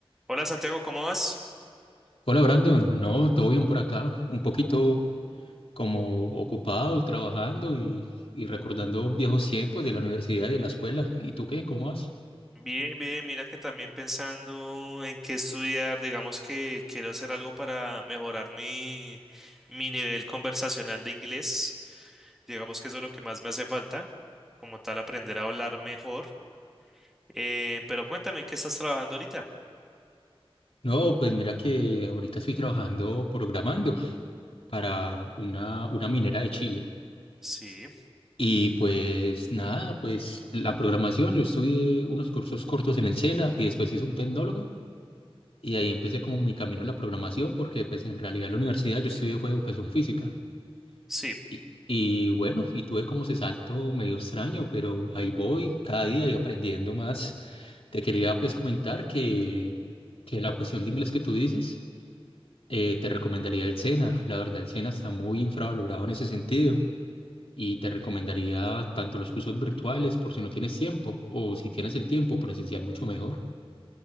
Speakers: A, in the centre; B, on the left (about 70°).
A: Hola Santiago, ¿cómo vas?
B: Hola Brandon, no, todo bien por acá, un poquito como ocupado, trabajando y, y recordando viejos tiempos de la universidad y de la escuela. ¿Y tú qué? ¿Cómo vas?
A: Bien, bien, mira que también pensando en qué estudiar, digamos que quiero hacer algo para mejorar mi, mi nivel conversacional de inglés, digamos que eso es lo que más me hace falta, como tal aprender a hablar mejor, Eh, pero cuéntame, ¿en qué estás trabajando ahorita?
B: No, pues mira que ahorita estoy trabajando programando para una, una minera de Chile.
A: Sí,
B: Y pues nada, pues la programación, yo estudié unos cursos cortos en el SENA y después hice un tecnólogo y ahí empecé como mi camino en la programación porque pues en realidad en la universidad yo estudié fue educación física.
A: sí,
B: Y, y bueno, y tuve como ese salto medio extraño, pero ahí voy cada día y aprendiendo más. Te quería pues comentar que, que la cuestión de inglés que tú dices, eh, te recomendaría el SENA. La verdad, el SENA está muy infravalorado en ese sentido. Y te recomendaría tanto los cursos virtuales por si no tienes tiempo, o si tienes el tiempo presencial mucho mejor.